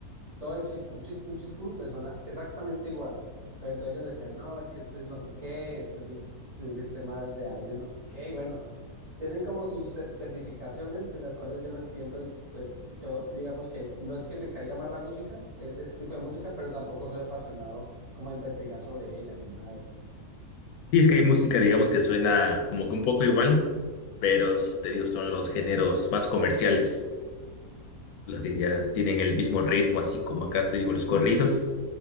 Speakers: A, on the right; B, on the left.
A: todo el chispún, chispún, chispún me suena exactamente igual. Pero entonces ellos decían, no, es que este es no sé qué, este es de un, de un sistema de audio no sé qué, y bueno, tienen como sus especificaciones de las cuales yo no entiendo y pues yo digamos que no es que me caiga mal la música, eh, ese tipo de música, pero tampoco soy apasionado como a investigar sobre ella ni nada de eso.
B: Y es que hay música, digamos, que suena como que un poco igual, pero s- te digo, son los géneros más comerciales, los que ya tienen el mismo ritmo, así como acá te digo los corridos.